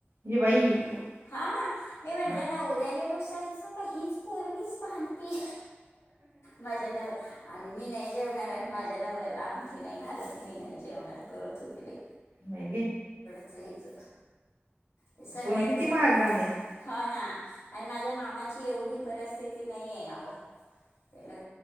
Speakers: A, on the right (about 70°); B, on the left (about 75°).
A: ये बाई
B: म्हणलं हा ना मी म्हणलं
A: हा,
B: नवऱ्याने रूसायचं का हीच पोरगीच भांडतेय. माझ्या नव आणि मी नाही जेवणार आणि माझ्या नवऱ्याला अंग ठी नाही घालत मी नाही जेवणार करत होती बाई.
A: <unintelligible>
B: ते च ते सगळ्यांच
A: सोनं किती महाग
B: बघून
A: झालंय.
B: हो ना. आणि माझ्या मामाची एवढी परिस्थिती नाहीये अहो त्याला